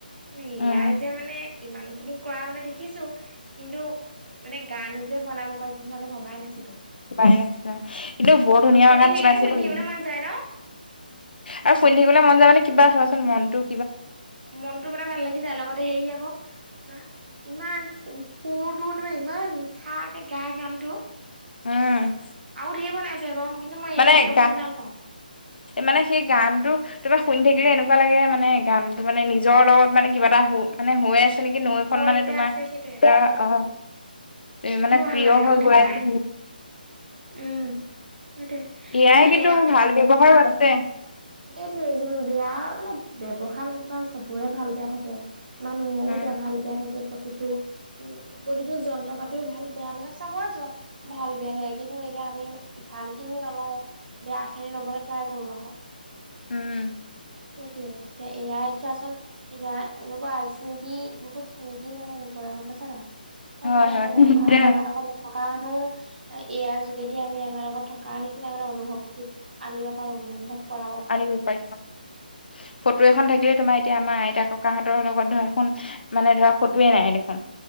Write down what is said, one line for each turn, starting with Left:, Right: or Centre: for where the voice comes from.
Right: এই
Left: উম,
Right: আই যে মানে। ইমান খিনি কৰা মানে দেখিছো কিন্তু মানে গানো যে বনাব পাৰিব মই যে ভবাই নাছিলো।
Left: পাৰে হেনো কিন্তু বৰ ধুনীয়া
Right: শুনি
Left: গান
Right: থাকিলে
Left: চাইছে
Right: শুনি
Left: উম
Right: থাকিবলৈ মন যায় ন
Left: আৰু শুনি থাকিবলৈ মন যায় মানে কিবা ধৰচোন মনতটো
Right: মনটো মানে ভাল লাগি যায় লগতে হেৰি আকৌ তোমাৰ ইমান সুৰটো তোমে ইমান মিঠাকে গায় গানটো
Left: উম
Right: আৰু ধেৰি বনাইছে কিন্তু মই
Left: মানে
Right: এই গানটো
Left: গান
Right: শুনি ভাল পাওঁ
Left: মানে সেই গানটো তোমাৰ শুনি থাকিব এনেকুৱা লাগে মানে গানতটো মানে নিজৰ লগত মানে কিবা এটা মানে হৈ আছে যেনেকে নৈখন
Right: হয়
Left: মানে
Right: যে
Left: তোমাৰ
Right: আছে সেইটোয়ে মানে
Left: এ অ তুমি মানে
Right: বৰ ভাল
Left: প্ৰিয়
Right: লাগে
Left: হৈ
Right: শুনি
Left: গৈ
Right: পেলাই
Left: আছে
Right: উম সেইটোয়ে মানে
Left: এ আই কিন্তু ভাল ব্যৱহাৰো আছে
Right: সেইটোৱে বেয়া মানে ব্যৱহাৰ মানে তোমাৰ চবৰে ভাল বেয়া থাকে মানুহও
Left: উম
Right: এতিয়া ভাল বেয়া থাকে প্ৰতিটো উ প্ৰতিটো জন্ত বহুত ভাল বেয়া মানে চাব যোৱা ভাল বেয়া থাকে কিন্তু এতিয়া আমি ভাল খিনি নলোওঁ বেয়া খিনি লবলে ট্ৰাই কৰো আকৌ
Left: উম
Right: সেইটোয়ে এতিয়া এ আই চোৱাচোন এতিয়া এনেকুৱা স্মৃতি বহুত স্মৃতি মানে হে কৰে গম পাইছা নাই
Left: হয় হয়
Right: মানে আমাৰ
Left: এতিয়া
Right: আমাৰ এ থকা মানুহ <unintelligible> এই আই যোগেদি আমি আমাৰ লগত থকা নিচিনা মানে অনুভৱটো আনিব পাৰো মানে অনুভৱ কৰা
Left: আনিব পাৰিব ফটো এখন থাকিলে তোমাৰ এতিয়া মা আইতা ককাহঁতৰ লগত ধৰা এখন মানে ধৰা ফটোয়ে নাই দেখোন